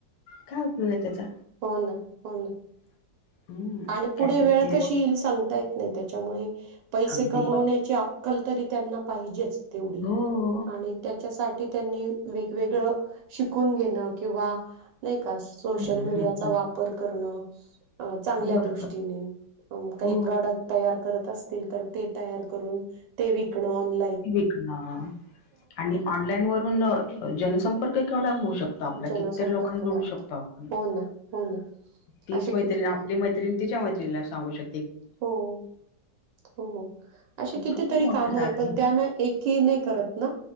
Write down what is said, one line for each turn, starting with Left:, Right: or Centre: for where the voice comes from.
Left: काय उपयोग त्याचा.
Right: हों नां हों नां.
Left: <inaudible>
Right: आणि पुढे
Left: काहीतरी
Right: वेळ कशी येईल सांगता येत नाही त्याच्यामुळे पैसे
Left: अगदी
Right: कमवण्याची
Left: हो.
Right: अक्कल तरी त्यांना पाहिजेच तेवढी
Left: हो.
Right: आणि त्याच्यासाठी त्यांनी वेगवेगळ शिकून घेणं किंवा नायी का
Left: हं,
Right: सोशल मडियाचा
Left: हं, हं
Right: वापर अं चांगल्या
Left: बरोबर
Right: दृष्टीने काही
Left: हो
Right: प्रॉडक् क्ट तयार करत असतील तर ते तयार करून ते विकणं आ
Left: विकन आणि ऑनलाईन वरून अं जनसंपर्क केवढा होऊ शक तो आपल्या
Right: जनसंपर्क
Left: कितीतर लोकांना जोडू
Right: वाढतो
Left: शकतो आपण
Right: हो ना हो ना
Left: तीच
Right: असे
Left: मैत्रीणी
Right: किती
Left: आ ती मैत्रिण तिच्या मैत्रिणीला सांगू शक
Right: हों हों अशी
Left: तुमचं
Right: कितीतरी
Left: खूप मोठं
Right: कामयतं
Left: झाड
Right: पण
Left: आहे.
Right: त्यांना एक की नाही करत ना